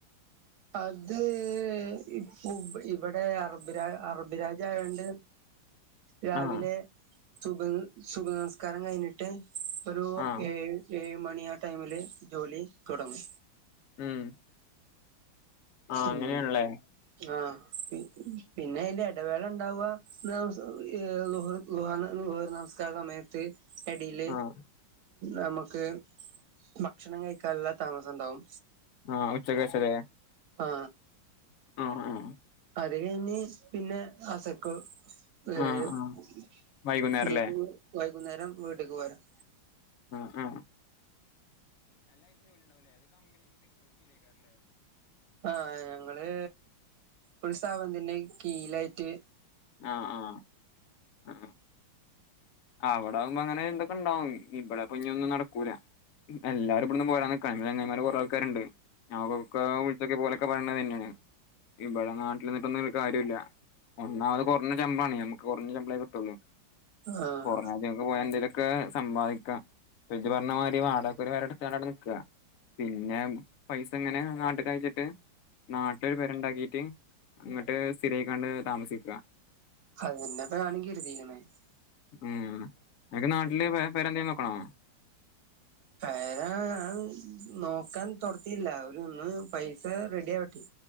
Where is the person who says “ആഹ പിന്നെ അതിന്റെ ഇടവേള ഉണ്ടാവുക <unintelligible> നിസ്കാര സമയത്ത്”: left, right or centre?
Right